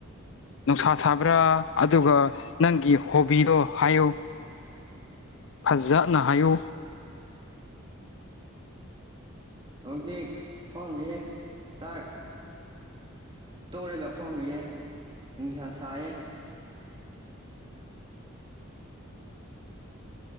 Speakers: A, on the left; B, on the right.
A: ꯅꯨꯡꯁꯥ ꯁꯥꯕ꯭ꯔꯥ ꯑꯗꯨꯒ ꯅꯪꯒꯤ ꯍꯣꯕꯤꯗꯣ ꯍꯥꯏꯌꯨ ꯐꯖꯅ ꯍꯥꯏꯌꯨ
B: ꯍꯧꯖꯤꯛ ꯐꯝꯔꯤꯌꯦ ꯆꯥꯛ ꯇꯣꯛꯔꯒ ꯐꯝꯔꯤꯌꯦ ꯅꯨꯡꯁꯥ ꯁꯥꯏꯌꯦ